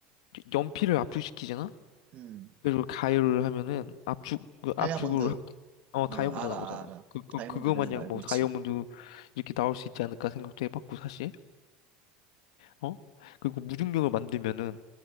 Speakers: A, on the left; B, on the right.
A: 연- 연필을 압축시키잖아?
B: 음,
A: 그리고 가열을 하면은 압축, 그
B: 다이아몬드,
A: 압축을 하, 어,
B: 어,
A: 다이아몬드
B: 알아,
A: 나오잖아.
B: 알아.
A: 그, 그,
B: 다이아몬드
A: 그거
B: 되는
A: 마냥
B: 거 알고
A: 뭐
B: 있지.
A: 다이아몬드 이렇게 나올 수 있지 않을까 생각도 해봤고, 사실. 어? 그리고 무중력을 만들면은